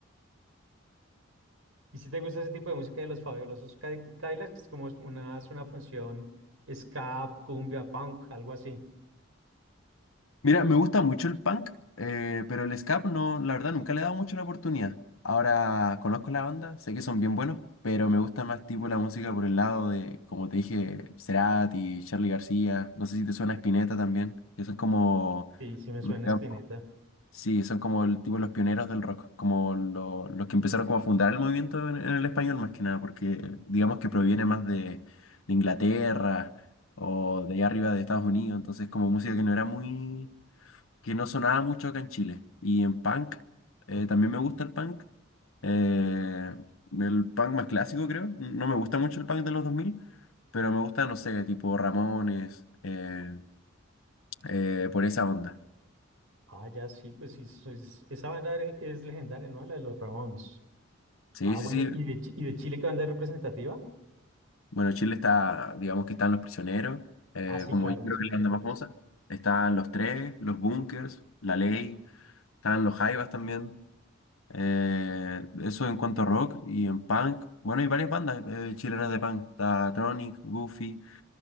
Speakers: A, on the right; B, on the left.
A: Y si te gusta ese tipo de música de Los Fabulosos Cadi- Cadillacs, es como una, es una función ska, cumbia, punk, algo así.
B: Mira, me gusta mucho el punk, eh, pero el ska no, la verdad nunca le he dado mucho la oportunidad. Ahora conozco la banda, sé que son bien buenos, pero me gusta más tipo la música por el lado de, como te dije, Cerati, Charly García, no sé si te suena Spinetta también, que son como,
A: Sí, sí me
B: digamos,
A: suena Spinetta.
B: Sí, son como el tipo los pioneros del rock, como lo- los que empezaron como a fundar el movimiento en, en el español más que nada, porque digamos que proviene más de, de Inglaterra o de allá arriba de Estados Unidos, entonces como música que no era muy, que no sonaba mucho acá en Chile. Y en punk, eh, también me gusta el punk, eh, el punk más clásico creo, no me gusta mucho el punk de los dos mil pero me gusta, no sé, tipo Ramones, eh, eh, por esa onda.
A: Ah, ya sí, pues sí, eso es- esa banda era- es legendaria, ¿no? La de los Ramones.
B: Sí,
A: Ah, bueno,
B: sí, sí.
A: ¿y de, Chi- y de Chile qué banda es representativa?
B: Bueno, Chile está, digamos que están los prisioneros, eh,
A: Ah, sí,
B: como
A: claro,
B: yo
A: Los
B: creo
A: Prisioneros.
B: que es la banda más famosa. Están los tres, los bunkers, la ley, están los Jaivas también. Eh, eso en cuanto a rock y en punk. Bueno, hay varias bandas eh, chilenas de punk. Está Tronic, Goofy.